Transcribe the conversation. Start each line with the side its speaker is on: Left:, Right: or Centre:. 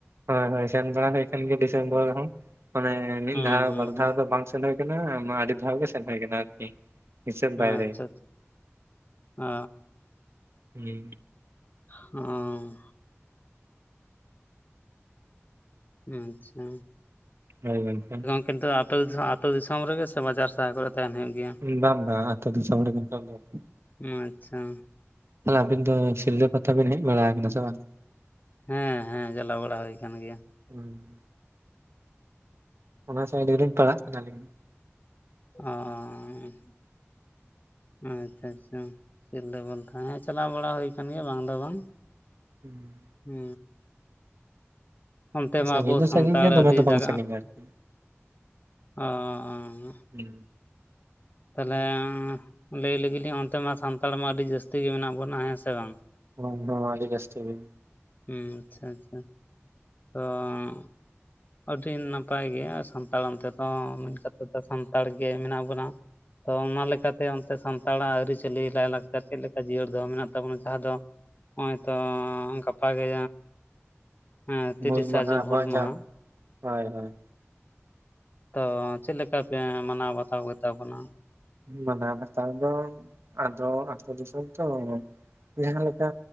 Right: ᱦᱚᱭᱼᱦᱚᱭ ᱥᱮᱱ ᱵᱟᱲᱟ ᱦᱳᱭ ᱠᱟᱱᱟ ᱰᱤᱥᱮᱢᱵᱚᱨ ᱨᱮᱦᱚᱸ᱾ ᱚᱱᱮ ᱢᱤᱫ
Left: ᱦᱩᱸ
Right: ᱫᱷᱟᱣ
Left: ᱦᱩᱸ
Right: ᱵᱟᱨ
Left: ᱦᱩᱸ
Right: ᱫᱷᱟᱣ ᱫᱚ ᱵᱟᱝ ᱥᱮᱱ ᱦᱩᱭ ᱠᱟᱱᱟ, ᱢᱟ ᱟᱹᱰᱤ ᱫᱷᱟᱣ ᱜᱮ ᱥᱮᱱ ᱦᱩᱭ ᱠᱟᱱᱟ ᱟᱨᱠᱤ᱾ ᱦᱤᱥᱟᱹᱵᱽ ᱵᱟᱭᱨᱮ,
Left: ᱟᱪᱪᱷᱟ ᱚ
Right: ᱦᱩᱸ᱾
Left: ᱦᱚᱸ, ᱟᱪᱪᱷᱟ᱾
Right: ᱦᱳᱭ ᱵᱟᱝᱠᱷᱟᱱ
Left: ᱠᱤᱱᱛᱩ ᱟᱹᱛᱳ ᱫᱤᱥᱚᱢ, ᱟᱛᱳ ᱫᱤᱥᱚᱢ ᱨᱮᱜᱮ ᱥᱮ ᱵᱟᱡᱟᱨ ᱥᱟᱦᱟᱨ ᱠᱚᱨᱮ ᱛᱟᱦᱮᱱ ᱦᱩᱭᱩᱜ? ᱜᱮᱭᱟ?
Right: ᱵᱟᱸᱼᱵᱟᱹ ᱟᱛᱳ ᱫᱤᱥᱚᱢ ᱨᱮᱜᱮ ᱱᱤᱛᱚᱜ ᱫᱚ ᱾
Left: ᱚᱸ ᱟᱪᱪᱷᱟ᱾
Right: ᱛᱟᱦᱚᱞᱮ ᱟᱹᱵᱤᱱ ᱫᱚ ᱥᱤᱞᱫᱟᱹ ᱯᱟᱛᱟ ᱵᱤᱱ ᱦᱮᱡ ᱵᱟᱲᱟᱜ ᱠᱟᱱᱟ ᱥᱮ ᱵᱟᱝ?
Left: ᱦᱮᱸ ᱦᱮᱸ, ᱪᱟᱞᱟᱣ ᱵᱟᱲᱟ ᱦᱩᱭᱼᱠᱟᱱ ᱜᱮᱭᱟ᱾
Right: ᱦᱩᱸ, ᱚᱱᱟ ᱥᱟᱭᱤᱰ ᱜᱮᱞᱤᱧ ᱯᱟᱲᱟᱜ ᱠᱟᱱᱟ ᱟᱹᱞᱤᱧ ᱫᱚ᱾
Left: ᱚᱼᱟᱪᱪᱷᱟ ᱟᱪᱪᱷᱟ᱾ ᱥᱤᱞᱫᱟ ᱵᱞᱛᱮ ᱦᱮᱸ ᱪᱟᱞᱟᱣ ᱵᱟᱲᱟ ᱦᱩᱭ ᱠᱟᱱ ᱜᱮᱭᱟ ᱵᱟᱝ ᱫᱚ ᱵᱟᱝ᱾
Right: ᱦᱩᱸ,
Left: ᱩᱻ, ᱚᱱᱛᱮ ᱢᱟ
Right: ᱥᱟᱺᱜᱤᱧ
Left: ᱟᱵᱚ
Right: ᱫᱚ
Left: ᱥᱟᱱᱛᱟᱲ
Right: ᱥᱟᱺᱜᱤᱧ ᱜᱮᱭᱟ ᱫᱚᱢᱮ
Left: ᱟᱹᱰᱤ
Right: ᱫᱚ
Left: ᱡᱟᱜᱟᱜ
Right: <unintelligible>
Left: ᱚ ᱚ ᱦ ᱦᱟᱸᱜ᱾
Right: ᱦᱩ,
Left: ᱛᱟᱦᱚᱞᱮ ᱞᱟᱹᱭ ᱞᱮᱹᱜᱤᱞᱤᱧ ᱚᱱᱛᱮ ᱢᱟ ᱥᱟᱱᱛᱟᱲ ᱢᱟ ᱟᱹᱰᱤ ᱡᱟᱹᱥᱛᱤ ᱜᱮ ᱢᱮᱱᱟᱜ ᱵᱚᱱᱟ, ᱦᱮᱸ ᱥᱮ ᱵᱟᱝ?
Right: ᱦᱩᱸ ᱦᱩᱸ ᱟᱹᱰᱤ ᱡᱟᱥᱛᱤ ᱜᱮ᱾
Left: ᱦᱩᱸ ᱪᱷᱟ ᱪᱷᱟ, ᱛᱚᱝᱻ ᱟᱹᱰᱤ ᱱᱟᱯᱟᱭ ᱜᱮ ᱥᱟᱱᱛᱟᱲ ᱚᱱᱛᱮ ᱫᱚ ᱢᱮᱱ ᱠ ᱮᱫ ᱫᱚ ᱥᱟᱱᱛᱟᱲ ᱜᱮ ᱢᱮᱱᱟᱜ ᱵᱚᱱᱟ᱾ ᱛᱚ ᱚᱱᱟ ᱞᱮᱠᱟᱛᱮ ᱚᱱᱛᱮ ᱥᱟᱱᱛᱟᱲᱟᱜ ᱟᱹᱨᱤᱪᱟᱹᱞᱤ ᱞᱟᱭᱼᱞᱟᱠᱪᱟᱨ ᱪᱮᱫ ᱞᱮᱠᱟ ᱡᱤᱭᱟᱹᱲ ᱫᱚᱦᱚ ᱢᱮᱱᱟᱜ ᱛᱟᱵᱚᱱᱟ ᱡᱟᱦᱟᱸ ᱫᱚ, ᱱᱚᱜ ᱚᱭ ᱛᱚᱻ ᱜᱟᱯᱟ‌ ᱜᱮ ᱢᱟᱝᱦᱟᱜ‌ ᱛᱤᱨᱤᱥᱟ
Right: ᱦᱩᱞ ᱢᱟᱦᱟ
Left: ᱡᱩᱱ
Right: ᱟᱵᱚᱣᱟᱜ
Left: ᱦᱩᱞ ᱢᱟᱦᱟ
Right: ᱡᱟᱦᱟᱸ ᱦᱳᱭ ᱦᱳᱭ,
Left: ᱛᱚ ᱪᱮᱫ ᱞᱮᱠᱟ ᱯᱮ ᱢᱟᱱᱟᱣ ᱵᱟᱛᱟᱣ ᱜᱮᱛᱟ ᱵᱚᱱᱟ?
Right: ᱢᱟᱱᱟᱣ ᱵᱟᱛᱟᱣ ᱫᱚ ᱟᱫᱚ ᱟᱛᱳ ᱫᱤᱥᱚᱢ ᱛᱚ, ᱡᱟᱦᱟᱸ ᱞᱮᱠᱟ